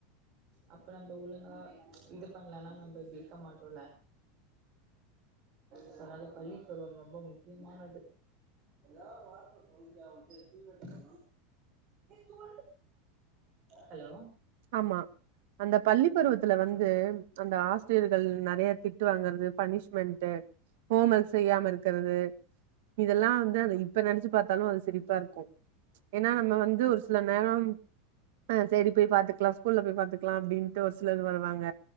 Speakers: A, on the right; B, on the right.
A: அப்ப நம்ப்ள ஒழுங்கா இது பண்லனா நம்ப இப்டி இன்க்க மாட்டோல அதனால பள்ளி பருவம் ரொம்ப முக்கியமானது ஏதா வார்த்த சொல்ரியா அவிட்ட தீவட்ட சொ ஹலோ
B: ஆமா அந்த பள்ளி பருவத்துல வந்து அந்த ஆ சிரியர்கள் நெறைய திட்டு வாங்கறது பனிஷ்மெண்ட்டு ஹோமர்க் செய்யாம இருக்கற <unintelligible> இதெல்லா வந்து அத இப்ப நெனச்சு பாத்தாலு அது சிரிப்பா இருக்கு ஏன்னா நம்ம வந்து ஒரு சில நேரோ ஆஹ் சரி போய் பார்த்துக்கலா ஸ்கூல்ல போய் பார்த்துக்கலா அப்படின்னு ஒரு சிலர் வருவாங்க